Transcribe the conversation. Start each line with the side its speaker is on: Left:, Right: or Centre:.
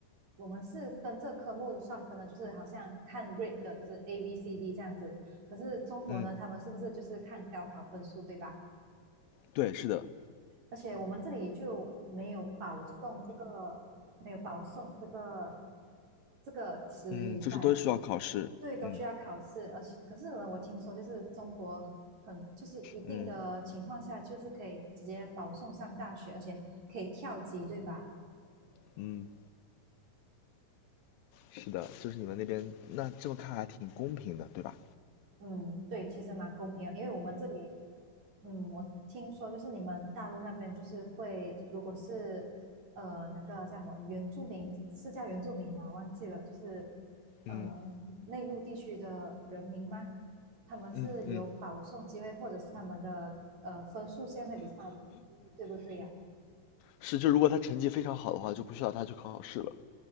Right: 我们是跟这科目算分的，就是好像看 grade 的，就是 A B C D 这样子。可是中国呢，
Left: 嗯，
Right: 他们是不是就是看高考分数，对吧？
Left: 对，是的，
Right: 而且我们这里就没有保送这个，没有保送这个这个词语在，
Left: 嗯，就是都需要考试，
Right: 对，都需要考试，
Left: 嗯
Right: 而且可是呢，我听说就是中国很就是一定的情况下，
Left: 嗯
Right: 就是可以直接保送上大学，而且可以跳级，对吧？
Left: 嗯，是的，就是你们那边那这么看还挺公平的，对吧？
Right: 嗯，对，其实蛮公平的，因为我们这里嗯，我听说就是你们大陆那边就是会，如果是呃那个叫什么原住民，是叫原住民吗？忘记了，就是呃内陆地区的人民吗？
Left: 嗯
Right: 他们是有保送机会，
Left: 嗯嗯，
Right: 或者是他们的呃分数线会比较低，对不对呀？
Left: 是，就如果他成绩非常好的话，就不需要他去考试了，